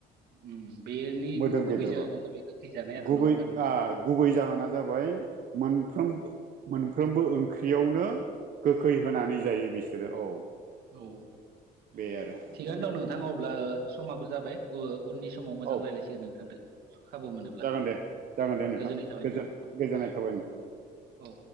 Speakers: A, on the right; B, on the right.
A: उम बेनि
B: मोदोम
A: गुबै
B: गेदेरबाबो
A: जाहोना जाबाय गोखै जानाय आरो
B: गुबै
A: नङा होमबा नोंथां
B: गुबै जाहोना जाबाय मोन मोनफ्रोमबो ओंख्रियावनो गोखै होनानै जायो बिसोरो औ
A: औ
B: बे आरो
A: थिगानो दं नोंथां अब्ला समाबो जाबाय उननि समाव मोजां
B: औ
A: रायज्लायसिगोन नोंथांदो खाबु मोनोब्ला
B: जागोन दे जागोन दे नोंथां
A: गोजोननाय थाबाय
B: गोजोन
A: नोंथां
B: गोजोननाय थाबाय नोंथां
A: औ